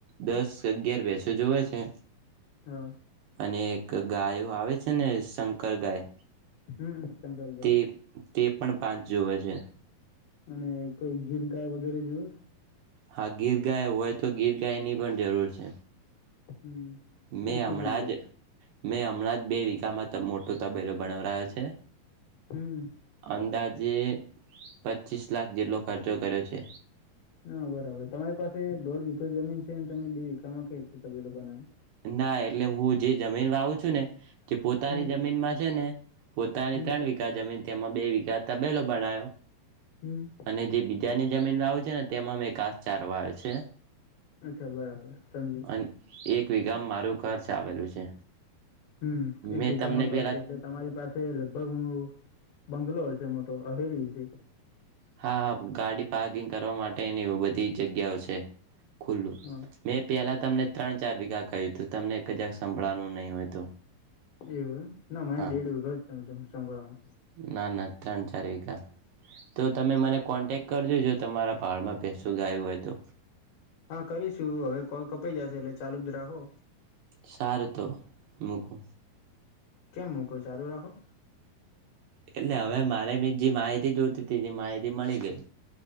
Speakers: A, on the right; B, on the left.
A: દસ અગિયાર ભેસો જોવે છે
B: હા
A: અને એક ગાયો આવે છે છે ને શંકર ગાય
B: હમ શંકરગાય
A: તે તે પણ પાંચ જોવે છે
B: અને કોઈ ગીર ગાય વગેરે જોએ
A: હા ગીર ગાય હોય તો ગીર ગાય ની પણ જરૂર છે
B: હમ
A: મેં
B: એ કેટલી
A: હમણાં
B: જોવે
A: જ
B: છે
A: મેં હમણાં જ બે વિગામાં મોટો તબેલો બનાવરાયો છે
B: હમ
A: અંદાજે પચીસ લાખ જેટલો ખર્ચો કર્યો છે
B: ના બરાબર તમારી પાસે દોઢ વિગો જમીન છે ને તમે બે વિગામાં કઈ રીતે તબેલો બનાયો
A: ના એટલે હું જે જમીન વાવું છું ને જે પોતાની
B: હમ
A: જમીનમાં છે ને પોતાની
B: હમ
A: ત્રણ વિગા જમીન તેમાં બે વિગા તબેલો બનાયો
B: હમ
A: અને જે બીજાની જમીન ને તેમાં મેં ઘાસ ચાર વાય છે.
B: અચ્છા બરાબર સમજુ
A: અને એક વગામ મારું કાર ચ આવેલું છે.
B: હમ એક
A: મેં
B: એકામાં
A: તમને
B: ઘર
A: પેલા
B: છે એટલે તમારી પાસે લગભગ હું. બંગ્લોર છે મોટો અવેરી છે.
A: હા હા ગાડી પાર્કિંગ કરવા માટેની બધી જગ્યાઓ છે. ખુલ્લું
B: હા
A: મેં પેલા તમને ત્રણ ચાર વિઘા કહ્યું તું તમને એક જ ક સંભળવાનું નહી હોય તો
B: એવું ના મને
A: હા
B: દેઢ વખા જ તમે ત સંભળાય
A: ના ના ત્રણ ચાર વકા તો તમે મને કોન્ટેક કરજો જો તમારા પાડમાં પસું ગાયું હોય તો
B: હા કરીશું હવે કોલ કપાઈ જશે એટલે ચાલુ જ રાખો
A: સારુ તો મુકુ
B: કેમ મૂકો ચાલુ રાખો
A: એટલે હવે મારે બી જે માહિતી જોતી હતી એ માહિતી મળી ગઈ